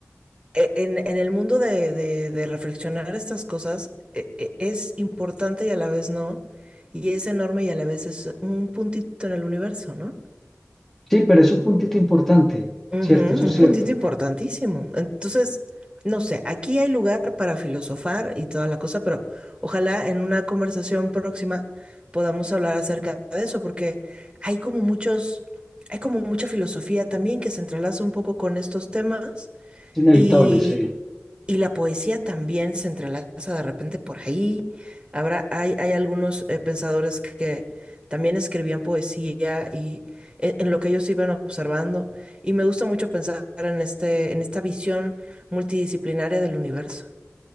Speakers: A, on the right (about 20°); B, in the centre.
A: e- en, en el mundo de, de- de reflexionar estas cosas e- e- es importante y a la vez no, y es enorme y a la vez es un puntito en el universo, ¿no?
B: Sí, pero es un puntito importante,
A: Ujú,
B: ¿cierto? Eso es
A: un
B: cierto.
A: puntito importantísimo. Entonces, no sé, aquí hay lugar para filosofar y toda la cosa, pero ojalá en una conversación próxima podamos hablar acerca de eso, porque hay como muchos, hay como mucha filosofía también que se entrelaza un poco con estos temas.
B: Es inevitable,
A: Y,
B: sí.
A: y la poesía también se entrelaza de repente por ahí. Habrá, hay, hay algunos eh, pensadores que también escribían poesía y en, en, lo que ellos iban observando. Y me gusta mucho pensar en, este, en esta visión multidisciplinaria del universo.